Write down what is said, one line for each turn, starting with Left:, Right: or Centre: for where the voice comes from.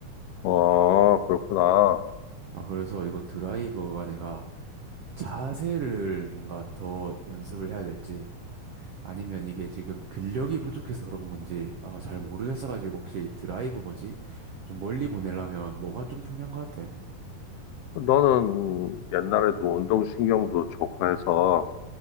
Left: 어, 그렇구나.
Right: 아 그래서 이거 드라이버가 내가 자세를 뭔가 더 연습을 해야 될지 아니면 이게 지금 근력이 부족해서 그런 건지 아, 잘 모르겠어가지고 혹시 드라이브 뭐지? 좀 멀리 보내려면 뭐가 좀 중요한 것 같아?
Left: 너는 옛날에도 운동신경도 좋고 해서